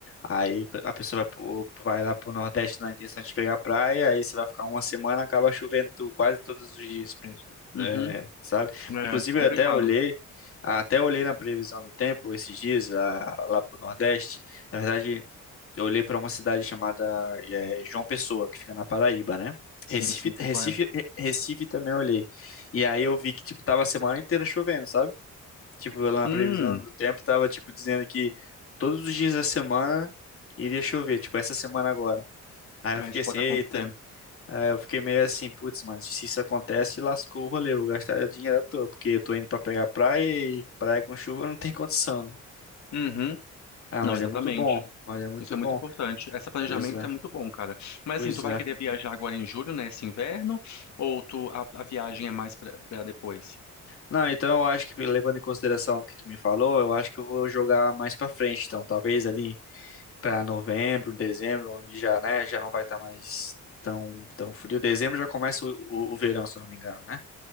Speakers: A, on the left; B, on the left.
A: Aí a pessoa vai, pro- vai lá pro Nordeste na intenção de pegar praia, aí você vai ficar uma semana, acaba chovendo quase todos os dias, prin-
B: Uhum.
A: é, sabe?
B: É
A: Inclusive
B: complicado.
A: eu até olhei, até olhei na previsão do tempo esses dias lá, lá pro Nordeste. Na verdade, eu olhei para uma cidade chamada é, João Pessoa, que fica na Paraíba, né?
B: Sim,
A: Recife,
B: sim,
A: Recife,
B: sei qual é.
A: Recife também eu olhei. E aí eu vi que, tipo, tava a semana inteira chovendo, sabe? Tipo, lá na
B: Hum,
A: previsão do tempo tava, tipo, dizendo que todos os dias da semana iria chover, tipo, essa semana agora. Aí eu
B: é,
A: fiquei
B: isso
A: assim,
B: pode
A: eita.
B: acontecer.
A: Aí eu fiquei meio assim, putz, mas se isso acontece, lascou o rolê, eu vou gastar dinheiro à toa, porque eu tô indo pra pegar praia e praia com chuva não tem condição, né?
B: Uhum.
A: Ah,
B: Não,
A: mas
B: exatamente.
A: é muito bom, mas é muito
B: Isso é
A: bom.
B: muito importante. Esse planejamento
A: Pois é,
B: é muito bom, cara. Mas
A: pois
B: assim, tu vai
A: é.
B: querer viajar agora em julho, né? Esse inverno? Ou tu, a, a viagem é mais pra, pra depois?
A: Não, então eu acho que levando em consideração o que tu me falou, eu acho que eu vou jogar mais pra frente, então, talvez ali para novembro, dezembro, onde já, né, já não vai estar mais tão, tão frio. Dezembro já começa o, o, o verão, se eu não me engano, né?